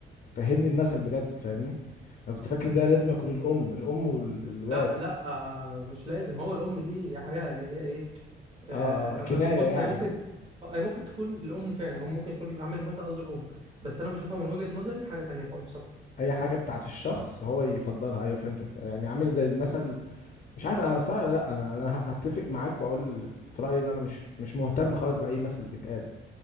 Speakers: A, on the left; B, on the right.
A: فهمني المثل بجد فاهمني انا كنت فاكر ده لازم يكون الام الام والواد
B: لا لا آه، مش لازم هو الام دي حاجه اللي هي ايه آه،
A: اه اه
B: انا
A: كنايه
B: بص
A: يعني
B: هي ممكن آه، هي ممكن تكون الام فعلا هم ممكن يكون العامل المثل قصده الام بس انا بشوفها من وجهه نظري حاجه تانية خالص بصراحه
A: اي حاجه بتاعت الشخص هو يفضلها ايوه فهمتك يعني عامل زي المثل مش عارف انا صراحه لا انا انا هتفق معاك واقول في رايي ان انا مش مش مهتم خالص باي مثل بيتقال